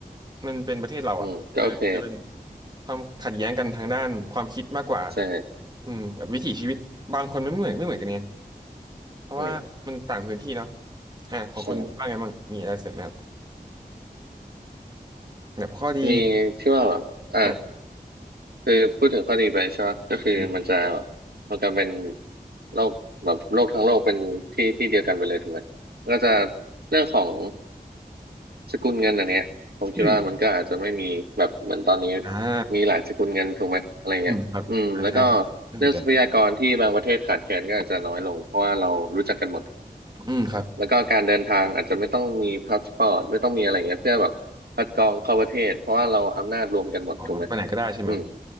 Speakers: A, on the right; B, on the right.
A: มันเป็นประเทศเราอะเอออาจจะเป็น
B: อืมก็โอเค
A: ความขัดแย้งกันทางด้านความคิดมากกว่า
B: ใช่
A: อืมแบบวิถีชีวิตบางคนไม่เหมือนไม่เหมือนกันเนี่ยเพราะว่ามันต่างพื้นที่เนาะ
B: อืม
A: อ่ะของคุณคิดว่าไงบ้างมีอะไรเสริมไหมครับ
B: ใช่
A: แบบข้อดี
B: มีที่ว่าแบบอ่ะ
A: อ่ะ
B: คือพูดถึงข้อดีไปใช่ไหมก็คือมันจะแบบมันจะเป็น
A: อืม
B: โลกแบบโลกทั้งโลกเป็นที่ที่เดียวกันไปเลยถูกไหมก็จะเรื่องของ สกุลเงินอันเนี้ยผมคิดว่ามันก็อาจจะไม่มีแบบเหมือนตอนนี้
A: อืมอ่า
B: มีหลายสกุลเงินถูกไหมอะไรเงี้ยอืมแล้วก็
A: อืมครับอ่าใช่ใช่น่าสนใจ
B: เรื่องทรัพยากรที่บางประเทศขาดแคลนก็อาจจะน้อยลงเพราะว่าเรารู้จักกันหมด
A: อืมครับ
B: แล้วก็การเดินทางอาจจะไม่ต้องมีพาสปอร์ตไม่ต้องมีอะไรเงี้ยเพื่อแบบคัดกรองเข้าประเทศเพราะว่าเราอำนาจรวมกันหมดถูกไหม
A: อ๋อไปไหนก็ได้ใช่ไหม
B: อืม